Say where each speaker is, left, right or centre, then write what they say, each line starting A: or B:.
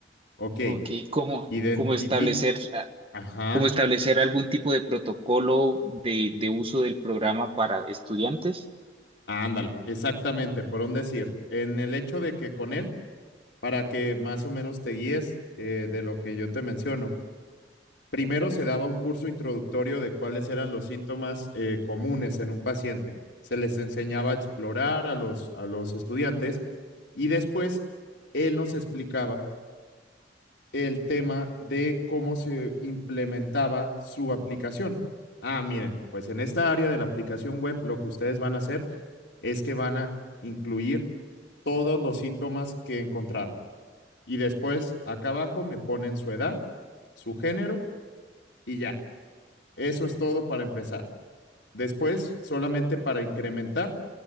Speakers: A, on the left (about 75°); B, on the right (about 30°).
A: Ok,
B: ok, ¿cómo,
A: identifica.
B: cómo establecer, ah,
A: Ajá,
B: cómo establecer algún tipo de protocolo de, de uso del programa para estudiantes?
A: ándale, exactamente, por un decir. En el hecho de que con él para que más o menos te guíes eh, de lo que yo te menciono. Primero se daba un curso introductorio de cuáles eran los síntomas eh, comunes en un paciente. Se les enseñaba a explorar a los, a los estudiantes y después él nos explicaba el tema de cómo se implementaba su aplicación. Ah, miren, pues en esta área de la aplicación web lo que ustedes van a hacer es que van a incluir todos los síntomas que encontraron. Y después, acá abajo, me ponen su edad, su género y ya. Eso es todo para empezar. Después, solamente para incrementar,